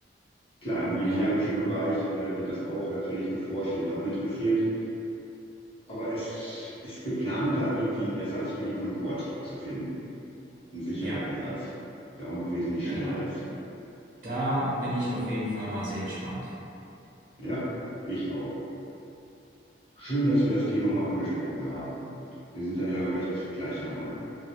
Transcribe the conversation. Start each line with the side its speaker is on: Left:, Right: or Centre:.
Left: Klar, im militärischen
Right: Ja,
Left: Bereich äh, wird das auch natürlich geforscht, die sind auch interessiert. Aber es ist geplant, da irgendwie einen Ersatz für die Concorde zu finden. einen sicheren
Right: ja,
Left: Ersatz, der auch noch wesentlich
Right: ja,
Left: schneller
Right: da.
Left: ist.
Right: Da bin ich auf jeden Fall mal sehr gespannt.
Left: Ja, ich auch. Schön, dass wir das Thema mal angesprochen haben. Wir sind da ja recht gleicher Meinung.